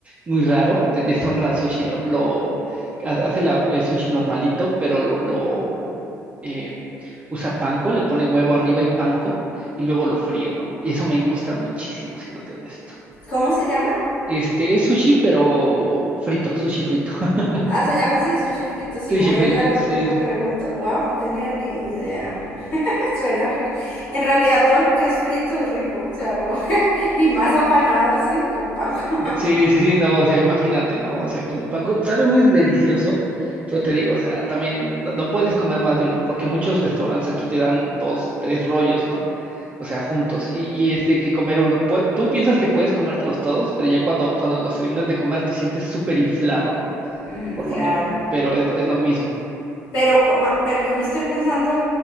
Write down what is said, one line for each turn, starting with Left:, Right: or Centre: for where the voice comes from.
Right: muy raro. De, deshonra al sushi, lo, lo ha- hace la- el sushi normalito, pero lo, lo eh, usa panko, le pone huevo arriba y panko y luego lo fríe, ¿no? Y eso me gusta muchísimo, siéndote honesto.
Left: ¿Cómo se llama?
Right: Este es sushi, pero frito, sushi frito. <laughs>
Left: Ah, se llama así sushi frito. Si
Right: Sushi
Left: voy
Right: frito,
Left: allá lo,
Right: sí.
Left: lo pregunto. Wow, no tenía ni idea. <laughs> Suena rico. En realidad todo lo que es frito es rico. O sea, como- <laughs> y más apanado así, con pan. <laughs>
Right: Sí, sí, sí, no, o sea, imagínate, ¿no? O sea, con el pan con- sabe muy delicioso, pero te digo, o sea, también no, no puedes comer más de uno, porque muchos restaurantes aquí te dan dos, tres rollos, ¿no? O sea, juntos, y, y es de que comer uno. Pu- tú piensas que puedes comértelos todos, pero ya cuando, cuando los terminas de comer te sientes súper inflado, ¿no?
Left: Mm,
Right: Por
Left: claro.
Right: lo mismo, pero es lo, es lo mismo.
Left: Pero, coma- pero yo me estoy pensando